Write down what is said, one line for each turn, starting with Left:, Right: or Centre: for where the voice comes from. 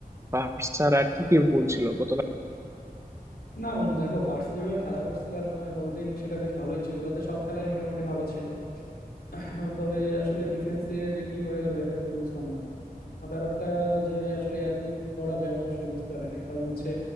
Right: বার্সার আর কি কি ভুল ছিল গত
Left: না বন্ধু দেখো বার্সা যেভাবে খেলা করছে কাল আহ, গতদিন সেটা বেশ ভালোই ছিল তাদের সব খেলাই মোটামুটি ভালো ছিল <laughs> আহ, তবে আসলে ডিফেন্সে যে কি হয়ে গেল এটা তো বুঝলাম না আর ব্যাপারটা যে আসলে এত দূর গড়াবে আমি আসলে বুঝতে পারি নাই কারণ হচ্ছে